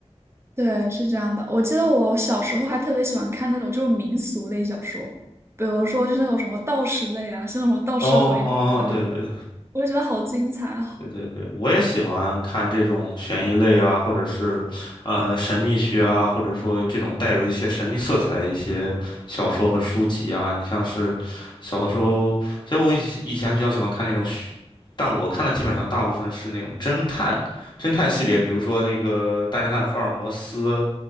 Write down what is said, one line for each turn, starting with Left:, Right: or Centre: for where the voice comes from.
Right: 对，是这样的。我记得我小时候还特别喜欢看那种就是民俗类小说，比如说就是那种什么道士类啊，像那种什么道士回忆啊这种，
Left: 哦，对对，
Right: 我就觉得好精彩哦。
Left: 对对对，我也喜欢看这种悬疑类啊，或者是，呃，神秘学啊，或者说这种带有一些神秘色彩的一些小说和书籍啊。你像是小的时候，其实我以以前比较喜欢看那种虚但我看的基本上大部分是那种侦探，侦探系列，比如说那个《大侦探福尔摩斯》